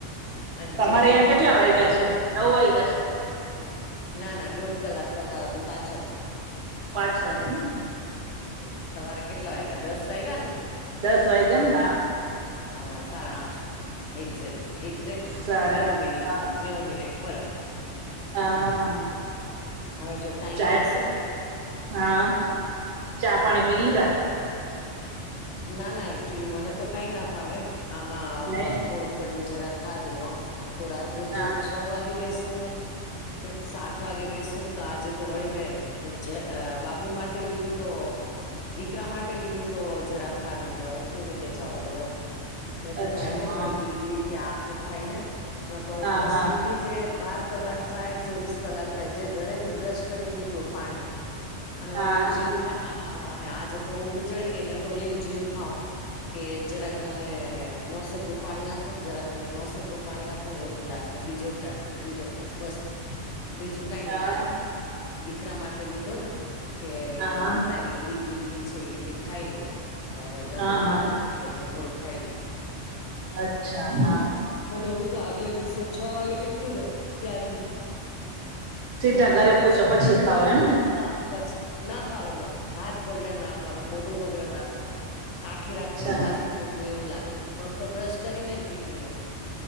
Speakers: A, on the left; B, on the right.
A: અને
B: તમારે
A: જેટલી
B: અયાં કેટલા વાયગા છે નવું વાઈગા છે.
A: ના ના દોઢ કલાક તમારાથી પાછળ
B: પાછળ એમ ને
A: હ તમારે કેટલા વાયગ્યા દસ વાયગ્યા ને
B: દસ વાગયા ન હા.
A: અમારે સાડા આઠ એક્ઝેટ એક્ઝેટ
B: સાડા
A: નેવું
B: આઠ
A: મિનિટ
B: હા
A: નેવું મિનિટ ફરક
B: હા
A: હવે જો ટાઈમે
B: ચાય
A: હશે ને
B: હા ચા પાણી પી લીધા.
A: ના ના એકચુલી મને તો કઈ ના ફાવે. આમાં
B: નહી
A: થોડુંક પછી જરાક ખાધું હ હું તો રાત્રે
B: હા
A: જે છ છ વાગે બેસુ કે સાત વાગે બેસું તો આજે તો વળી મે જે અ બાબુ માટે લીધું તો દીકરા માટે લીધું તો જરાક ખાધું કે હવે કેવી રીતે જવાનું એમ મે તું
B: અચ્છા
A: ખાઈ લે
B: હા
A: થોડીક ઈડલી આ કે ખાઈ લે ન તો
B: હા
A: હું તો
B: હા
A: સીધી જે બાર કલાક થાય ચોવીસ કલાક થાય જે ઘરે થી બ્રશ કરીને નીકળું પાણી અને
B: હા
A: ઓલીને જીવ અને આ આજે તો ઊંઘ ચડી ગઈ ને તો ઓલી ને જીવ ખાવ કે જરાક મને નોસેકું પાણી આપો ને જરાક મને નોસેકું પાણી આપો ને એક ગ્લાસ ને બીજો ગ્લાસ ત્રીજો ગ્લાસ બસ
B: <inaudible>
A: બીજું કઈ નાઈ
B: હા
A: આ દીકરા માટે લીધો ને કે
B: હા
A: દીકરા ઈડલી ઈડલી છે ઈડલી ખાઈ લે તો હવે ડબ્બો
B: હા
A: ખોલી
B: હા
A: નાખી ખ્યો તો થોડુંક ખાઈ લે
B: અચ્છા હા.
A: એ તો હું તો આગલે દિવસે છ વાગે નીકળું રે ત્યાંથી
B: સીધા
A: તોય
B: ઘરે
A: બ્રશ
B: પૂછો પછી ખાઓ
A: બ્રશ
B: એમ ને
A: હા પછી ના ફાવે મને હાથ બગડે ના ફાવે મોઢું બગડે ના આખી રાત
B: અચ્છા
A: નું ઉલુ વાસી મોઢું એવું લાગે પણ હું તો બ્રશ કરીને જ નીકળી હું.